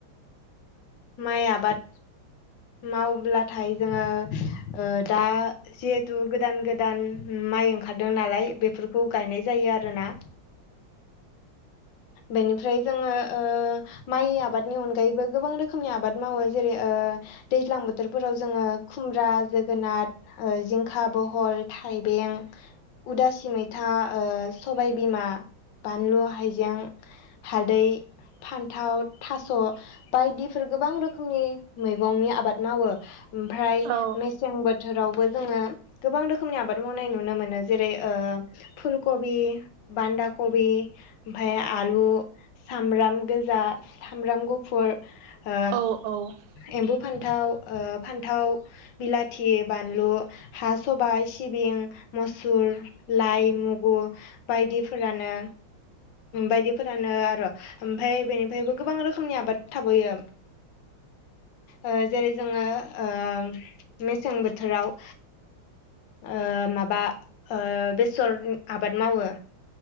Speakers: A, on the left; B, on the right.
A: माइ आबाद मावब्लाथाय जोङो ओ दा जिहेथु दा गोदान गोदान माइ ओंखारदों नालाय बेफोरखौ गायनाय जायो आरोना बेनिफ्राय जोङो ओ माइ आब बादनि अनगायैबो गोबां रोखोमनि आबाद मावो जेरै ओ दैज्लां बोथोरफोराव जोङो खुमब्रा जोगोनार ओ जिंखा बहल थाइबें उदासि मैथा ओ सबाय बिमा बानलु हायजें हालदै फान्थाव थास' बायदिफोर गोबां रोखोमनि मैगंनि आबाद मावो ओमफ्राय
B: औ
A: मेसें बोथोरावबो जोङो गोबां रोखोमनि आबाद मावनाय नुनो मोनो जेरै ओ फुलकबि बान्दा कबि ओमफाय आलु सामब्राम गोजा सामब्राम गुफुर ओ
B: औ औ
A: एम्बु फानथाव ओ फान्थाव बिलाथि बानलु हा सबाय सिबिं मुसुर लाइ मुगु बायदिफोरानो बायदिफोरानो आरो ओमफाय बेनिफायबो गोबां रोखोमनि आबाद थाबावो <inaudible> ओ जेरै जोङो ओ मेसें बोथोराव ओ माबा ओ बेसर आबाद मावो